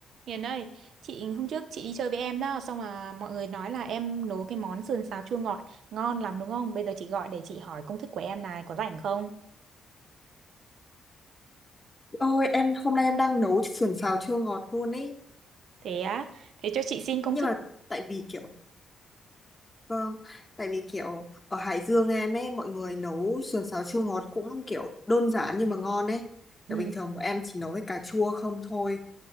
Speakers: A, on the right; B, on the left.
A: Hiền ơi, chị hôm trước chị đi chơi với em đó, xong mà mọi người nói là em nấu cái món sườn xào chua ngọt ngon lắm đúng không? Bây giờ chị gọi để chị hỏi công thức của em này có rảnh không?
B: Ôi em hôm nay em đang nấu sườn xào chua ngọt luôn ấy
A: Thế á, thế cho chị xin công
B: nhưng
A: thức.
B: mà tại vì kiểu vâng tại vì kiểu ở Hải Dương em ấy mọi người nấu sườn xào chua ngọt cũng kiểu đơn giản nhưng mà ngon ấy
A: Ừ,
B: kiểu bình thường bọn em chỉ nấu với cà chua không thôi